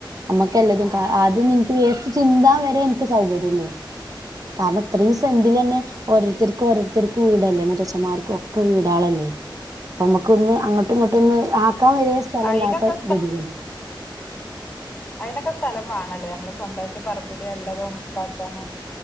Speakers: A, on the right; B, on the left.
A: അമ്മക്കെല്ലതും
B: ആഹ്
A: ആദ്യഒന്നും എനിക്ക് വേസ്റ്റ് ചിന്താൻ വരെ എനിക്ക് സൗകര്യം ഇല്ലേനും കാരണം ഇത്രയും സെന്റില്
B: ആഹ്
A: തന്നെ ഓരോരുത്തർക്കും ഓരോരുത്തർക്ക് വീടല്ലേ മുത്തച്ഛന്മാർക്കും ഒക്കെ വീടാളല്ലേ അപ്പൊ നമ്മുക്ക് ഒന്ന് അങ്ങോട്ടും ഇങ്ങോട്ടൊന്ന് ആ നിൽക്കാൻ വലിയ സ്ഥല
B: അയിനൊക്കെ
A: ഇല്ലാത്ത ഗതിയാണ്
B: അതിനൊക്ക സ്ഥലംവേണല്ലേ നമ്മള് സ്വന്തമായിട്ട് പറമ്പിൽ വല്ലതും ഉണ്ടാക്കി കണം